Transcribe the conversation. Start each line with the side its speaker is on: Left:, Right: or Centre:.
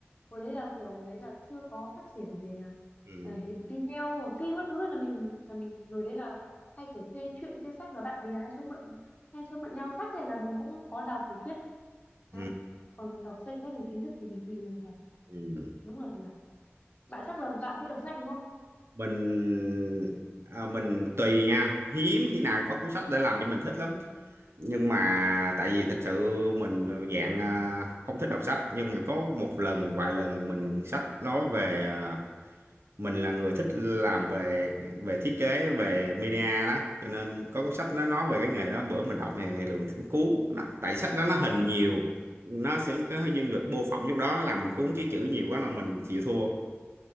Left: hồi đấy là kiểu hồi đấy là chưa có phát triển về
Right: Ừ.
Left: ờ, hệ- video phim các thứ là mình là mình hồi đấy là hay kiểu thuê truyện thuê sách là bạn bè hay cho mượn hay cho mượn nhau sách thì là mình cũng có đọc tiểu thuyết đấy
Right: Ừ.
Left: còn đọc sách sách và kiến thức thì mình hơi lười thật
Right: ừ.
Left: đúng là lười bạn chắc là bạn thích đọc sách đúng không
Right: mình à, mình tùy nha hiếm khi nào có cuốn sách để làm cho mình thích lắm nhưng mà tại vì thật sự mình dạng à, không thích đọc sách nhưng mà có một lần vài lần mình sách nói về à, mình là người thích làm về về thiết kế về media đó cho nên có cuốn sách nó nói về cái nghề đó bữa mình đọc thì lường thấy cuốn nó, tại sách đó nó hình nhiều nó sẽ có cái nhân vật mô phỏng trong đó làm mình cuốn chứ chữ nhiều quá là mình chịu thua